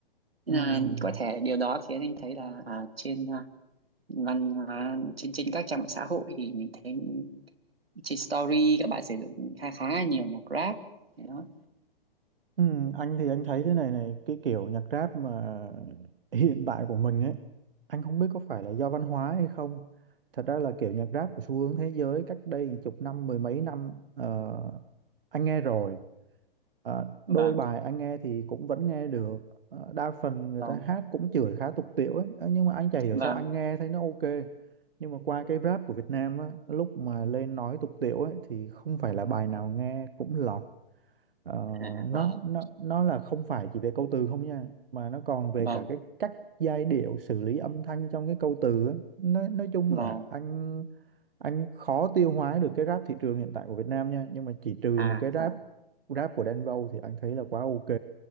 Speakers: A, on the right; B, on the right.
A: nên
B: Ừ.
A: là có thể điều đó khiến anh thấy là à, trên à, văn hóa trên trên các trang mạng xã hội thì mình thấy trên story các bạn sử dụng khá khá là nhiều nhạc rap Đấy đó
B: Ừ. Anh thì anh thấy thế này này cái kiểu nhạc rap mà <laughs> hiện tại của mình ấy anh không biết có phải là do văn hóa hay không thật ra là kiểu nhạc rap của xu hướng thế giới cách đây chục năm mười mấy năm ờ, anh nghe rồi Ờ, đôi
A: vâng
B: bài anh nghe thì cũng vẫn nghe được Ờ, đa phần người
A: vâng
B: ta hát cũng chửi khá tục tĩu ấy Ờ, nhưng mà anh chả hiểu
A: vâng
B: sao anh nghe thấy nó ok nhưng mà qua cái rap của Việt Nam á lúc mà lên nói tục tĩu ấy thì không phải là bài nào nghe cũng lọt Ờ,
A: à,
B: nó
A: vâng
B: nó nó là không phải chỉ về câu từ không nha mà nó còn về
A: vâng
B: cả cái cách giai điệu xử lý âm thanh trong cái câu từ á. Nói nói chung
A: vâng
B: là anh anh khó tiêu hóa được cái rap thị trường hiện tại của Việt Nam nha nhưng mà chỉ trừ
A: à
B: một cái rap
A: vâng
B: rap của Đen Vâu thì anh thấy là quá ok